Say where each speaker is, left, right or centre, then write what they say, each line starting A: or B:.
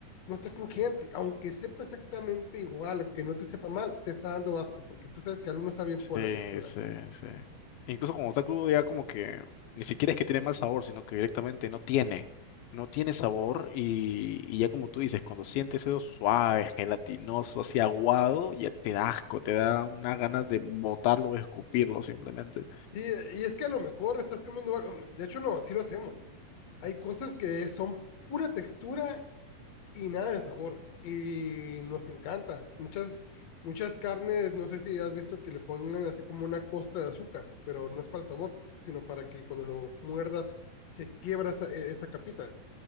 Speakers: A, on the left; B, on the left.
A: no está crujiente. Aunque sepa exactamente igual, aunque no te sepa mal, te está dando asco porque tú sabes que algo no está bien
B: Sí,
A: por la textura.
B: sí, sí. Incluso cuando está crudo ya como que ni siquiera es que tiene mal sabor, sino que directamente no tiene, no tiene sabor y, y ya como tú dices, cuando sientes eso suave, gelatinoso, así aguado, ya te da asco, te da unas ganas de botarlo, de escupirlo simplemente.
A: Sí, y es que a lo mejor estás comiendo algo. mm, De hecho, no, sí lo hacemos. Hay cosas que son pura textura y nada de sabor. Y nos encanta. Muchas, muchas carnes, no sé si has visto que le pongan así como una costra de azúcar, pero no es para el sabor, sino para que cuando lo muerdas se quiebra esa, e- esa capita.